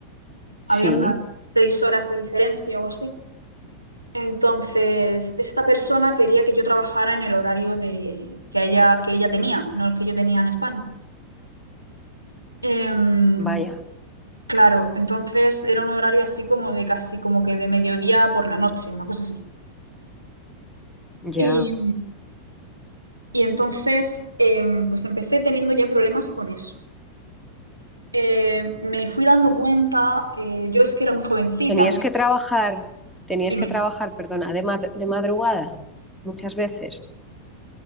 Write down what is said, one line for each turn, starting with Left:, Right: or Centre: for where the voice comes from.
Centre: Sí,
Right: Había unas seis horas de diferencia o así. Entonces, esta persona quería que yo trabajara en el horario de, que, ella, que ella tenía, no el que yo tenía en España. Em,
Centre: vaya,
Right: Claro, entonces era un horario así como de casi como que de mediodía por la noche, una cosa así.
Centre: ya.
Right: Y, y entonces em, pues empecé teniendo ya problemas con eso. Eh, me fui dando cuenta, eh, yo es que era muy jovencita,
Centre: Tenías
Right: muy-
Centre: que trabajar, tenías
Right: dime,
Centre: que trabajar, perdona, de, mad- de madrugada muchas veces.